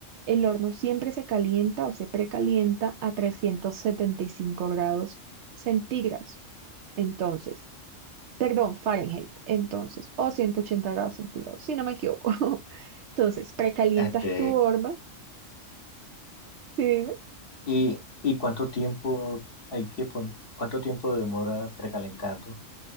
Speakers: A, on the right; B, on the left.
A: El horno siempre se calienta o se precalienta a 375 grados centígrados. Entonces, perdón, Fahrenheit, entonces, o 180 grados centígrados, si no me equivoco. <laughs> Entonces, precalientas
B: Este,
A: tu horno, ¿sí?
B: y, ¿Y cuánto tiempo hay que pon- cuánto tiempo demora precalentando?